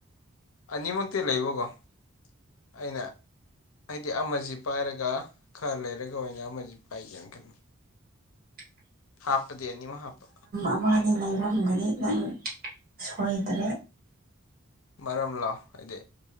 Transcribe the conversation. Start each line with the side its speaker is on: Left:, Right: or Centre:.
Left: ꯑꯅꯤꯃꯛꯇꯤ ꯂꯩꯕꯀꯣ ꯑꯩꯅ ꯑꯩꯗꯤ ꯑꯃꯁꯤ ꯄꯥꯏꯔꯒ ꯈꯔ ꯂꯩꯔꯒ ꯑꯣꯏꯅ ꯑꯃꯁꯤ ꯄꯥꯏꯒꯦꯅ ꯈꯟꯕ
Right: <inaudible>
Left: ꯍꯥꯞꯄꯗꯤ ꯑꯅꯤꯃꯛ ꯍꯥꯞꯄ
Right: ꯑꯃꯥꯗꯤ ꯂꯩꯔꯝꯒꯅꯤ ꯅꯪ ꯁꯣꯏꯗ꯭ꯔꯦ
Left: ꯃꯔꯝꯂꯣ ꯍꯥꯏꯗꯤ